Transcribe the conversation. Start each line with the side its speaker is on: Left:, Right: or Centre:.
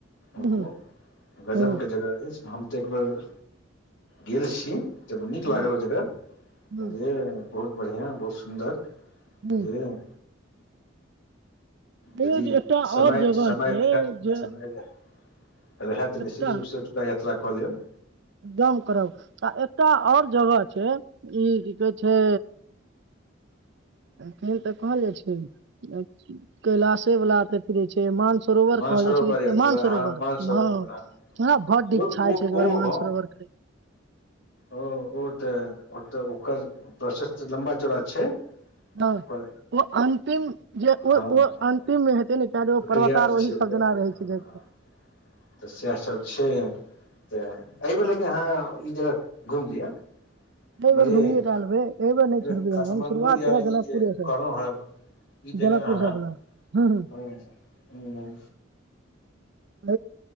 Left: ओकरो
Right: हूँ
Left: गजब
Right: हूँ
Left: के जगह अछि हम तऽ एक बेर गेल छी तब नीक
Right: हूँ
Left: लागल ओ जगह
Right: हूँ
Left: बुझलियै बहुत बढ़ियाँ बहुत सुन्दर बुझलियै
Right: हूँ देखियौ
Left: यदि
Right: जे एकटा
Left: समय
Right: आओर जगह
Left: समय
Right: छै
Left: रहै
Right: जे
Left: समय रह रहै तऽ
Right: एकटा
Left: निश्चित रूप से अतुका यात्रा कालेब
Right: दम करब आ एकटा आओर जगह छै ई की कहै छै केहन तऽ कहल जाइ छै कैलाशे वला तथीरे छै मान सरोवर
Left: मानसरोवर
Right: कहल जाइ छै
Left: यात्रा
Right: कि मान सरोवर
Left: हँ मानसरोवर
Right: म हँ भड
Left: ओ
Right: इचछा
Left: ओ
Right: छै एक
Left: ओ
Right: बेर मानसरोबर
Left: हँ
Right: <unintelligible>
Left: ओ ओ तऽ तऽ ओकर प्रशस लंबा चौड़ा छै
Right: हँ
Left: ओकर
Right: ओ अन्तिम जे
Left: हँ
Right: ओ
Left: हँ
Right: ओ अन्तिममे हेतै ने <unintelligible>
Left: प्रक्रिया
Right: पर्वतार
Left: जे
Right: ओही
Left: छै ओकर
Right: सब जेना रहै
Left: हँ
Right: छै
Left: हँ
Right: जा
Left: हँ तऽ सएहसभ छै तऽ एहि बेर लेकिन हँ ई जगह घुमयलियै
Right: एहि
Left: बुझलए
Right: बेर घुमिये टा लेबै एहि बेर नहि छोड़बै
Left: काठमाण्डू
Right: हम हम शुरुआत
Left: या
Right: करब जनकपुरे
Left: ई जे
Right: से
Left: कहनो ह ई जगह
Right: जनकपुर
Left: ह
Right: से बला हूँ हूँ
Left: ह ह
Right: अ